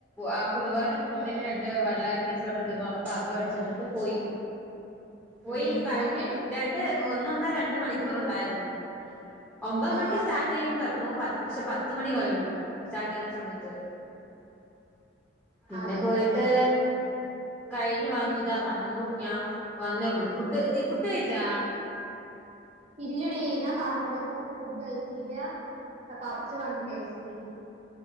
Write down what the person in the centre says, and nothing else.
ആ കുടുബാരുടെ കുട്ടിന്റെ
രണ്ട് വെള്ള ടീ ഷോർട്ടുണ്ടന്ന് പറഞ്ഞപ്പ അത് അടിച്ചിട്ടിട്ട് പോയി പോയി
കഴിഞ്ഞു
രണ്ട് ഒന്നൊന്നര രണ്ട് മണിക്കൂർ ഉണ്ടായിരുന്നു ഒമ്പത് മണിക്കൂർ
സ്റ്റാർട്ട് ട്ട് ചെയ്യും പറഞ്ഞു പ പക്ഷെ പത്ത് മണി കഴിഞ്ഞു സ്റ്റാർട്ട് ചെയ്ത സമയത്ത് പിന്നെ
പോയിട്ട് കഴിഞ്ഞു വന്നു താ വന്നു ഞാൻ വന്നേള്ളു ഫുഡ് നീ ഫുഡ് കഴിച്ചാ